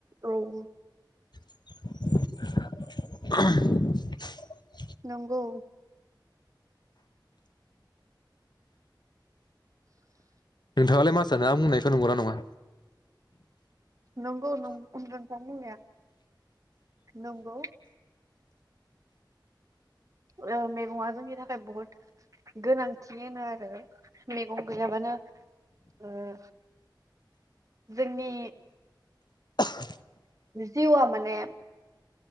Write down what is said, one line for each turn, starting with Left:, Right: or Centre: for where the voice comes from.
Right: औ औ
Left: <unintelligible>
Right: नंगौ
Left: नोंथाङालाय मा सानो आं बुंनायखौ नंगौना नङा
Right: नंगौ नंगौ नोंथां बुंनाया नंगौ ओ मेगङा जोंनि था खाय बहत गोनां <unintelligible> होनो आरो मेगं गैयाबानो ओ जोंनि
Left: <unintelligible>
Right: जिआ माने